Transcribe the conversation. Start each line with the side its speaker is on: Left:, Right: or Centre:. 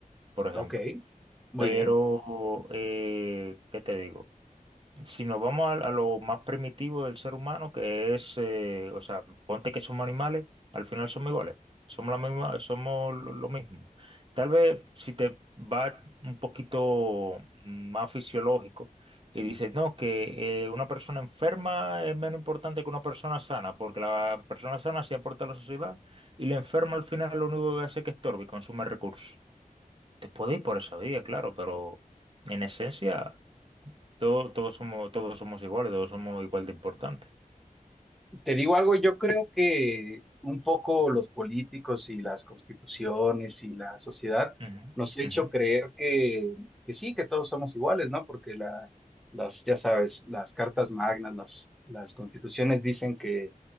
Right: por ejemplo.
Centre: Ok, muy
Right: Pero,
Centre: bien.
Right: eh, ¿qué te digo? Si nos vamos a, a lo más primitivo del ser humano, que es, eh, o sea, ponte que somos animales, al final somos iguales, somos la misma, somos lo lo mismo. Tal vez si te va un poquito más fisiológico y dices, no, que eh, una persona enferma es menos importante que una persona sana, porque la persona sana sí aporta a la sociedad y la enferma al final lo único que hace es que estorbe y consume recursos. Te puede ir por esa vía, claro, pero en esencia... Todo- todos somos, todos somos iguales, todos somos igual de importantes.
Centre: Te digo algo, yo creo que un poco los políticos y las constituciones y la sociedad
Right: Ujú,
Centre: nos ha
Right: ujú,
Centre: hecho creer que, que sí, que todos somos iguales, ¿no? Porque la, las, ya sabes, las cartas magnas, las, las constituciones dicen que